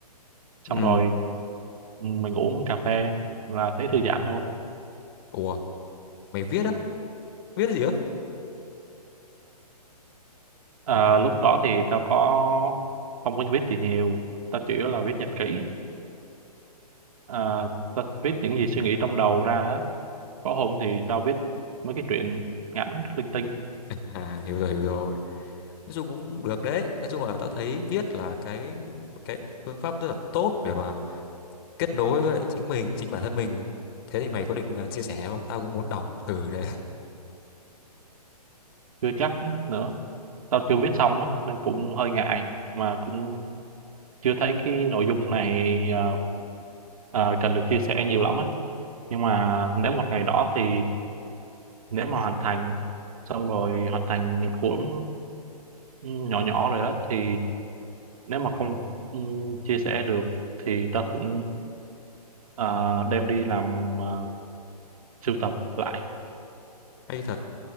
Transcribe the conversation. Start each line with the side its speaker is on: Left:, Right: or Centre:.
Right: xong
Left: ừ.
Right: rồi mình uống cà phê là thấy thư giãn thôi
Left: ủa mày viết á viết gì á
Right: Ờ, lúc đó thì tao có không có biết gì nhiều tao chủ yếu là viết nhật ký Ờ, tao viết những gì suy nghĩ trong đầu ra á. có hôm thì tao viết mấy cái chuyện ngắn linh tinh
Left: à hiểu rồi hiểu rồi nói chung cũng được đấy nói chung là tao thấy viết là cái một cái phương pháp rất là tốt để mà kết nối với lại chính mình chính bản thân mình thế thì mày có định ờ, chia sẻ không tao cũng muốn đọc thử đấy <laughs>
Right: chưa chắc nữa tao chưa viết xong á nên cũng hơi ngại mà cũng chưa thấy cái nội dung này ờ, ờ, cần được chia sẻ nhiều lắm á nhưng mà nếu một ngày đó thì nếu mà hoàn thành xong rồi hoàn thành một cuốn nhỏ nhỏ rồi á thì nếu mà không ừm, chia sẻ được thì ta cũng à, đem đi làm à, sưu tập lại
Left: hay thật